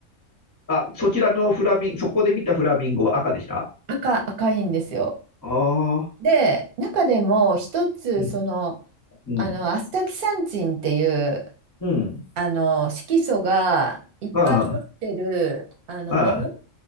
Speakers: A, on the left; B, on the right.
A: あ、そちらのフラミン、そこで見たフラミンゴは赤でした
B: 赤、赤いんですよ。
A: ああ
B: で、中でも一つ、
A: ー、うん、
B: その、
A: うん、
B: あの、アスタキサンチンっていう、
A: うん。
B: あの、色素がいっぱい持ってる、
A: あ
B: あの、
A: あ、
B: 藻